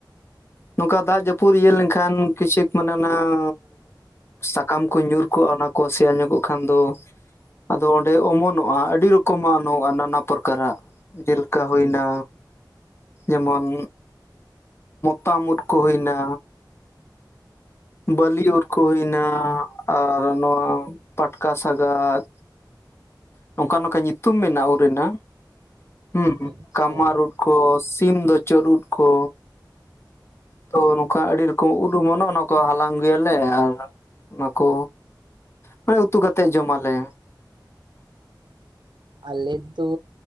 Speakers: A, on the left; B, on the right.
A: ᱱᱚᱝᱠᱟ ᱫᱟᱜ ᱡᱟᱯᱩᱫ ᱤᱭᱟᱹ ᱞᱮᱱᱠᱷᱟᱱ, ᱠᱤᱪᱷᱩᱠ ᱢᱟᱱᱮ ᱚᱱᱟᱣ ᱥᱟᱠᱟᱢ ᱠᱚ ᱧᱩᱨ ᱠᱚᱜ, ᱚᱱᱟ ᱠᱚ ᱥᱮᱭᱟ ᱧᱚᱜᱚᱜ ᱠᱷᱟᱱ ᱫᱚ ᱟᱫᱚ ᱚᱸᱰᱮ ᱚᱢᱚᱱᱚᱜ-ᱟ, ᱟᱹᱰᱤ ᱨᱚᱠᱚᱢᱟᱜ ᱱᱚ ᱱᱟᱱᱟ ᱯᱟᱨᱠᱟᱨᱟᱜ᱾ ᱡᱮᱞᱮᱠᱟ ᱦᱩᱭᱱᱟ ᱡᱮᱢᱚᱱ, ᱛᱟᱢᱩᱫ ᱠᱚ ᱦᱩᱭᱱᱟ, ᱵᱟᱹᱞᱤ ᱩᱨᱠᱚ ᱦᱩᱭᱱᱟ ᱟᱨ ᱱᱚᱶᱟ ᱯᱟᱴᱠᱟ ᱥᱟᱜᱟᱫ᱾ ᱱᱚᱝᱠᱟ ᱱᱚᱝᱠᱟ ᱧᱩᱛᱩᱢ ᱢᱮᱱᱟᱜ-ᱟ, ᱩᱫ ᱨᱮᱱᱟᱜ, ᱦᱩᱸᱦᱩᱸ,
B: ᱟᱪᱪᱷᱟ
A: ᱠᱟᱢᱟᱨ ᱩᱫ ᱠᱚ ᱴᱤᱢ ᱫᱚ ᱪᱟᱹᱨᱩᱫ ᱩᱫ ᱠᱚ᱾ ᱛᱚ ᱱᱚᱝᱠᱟ ᱟᱹᱰᱤ ᱨᱚᱠᱚᱢ ᱩᱫ ᱚᱢᱚᱱᱚᱜ ᱚᱱᱟ ᱠᱚ ᱦᱟᱞᱟᱝ ᱟᱹᱜᱩᱭᱟᱞᱮ ᱟᱨ ᱚᱱᱟ ᱠᱚ ᱢᱟᱱᱮ ᱩᱛᱩ ᱠᱟᱛᱮᱫ ᱡᱚᱢᱟᱞᱮ ᱾
B: ᱟᱞᱮ ᱫᱚ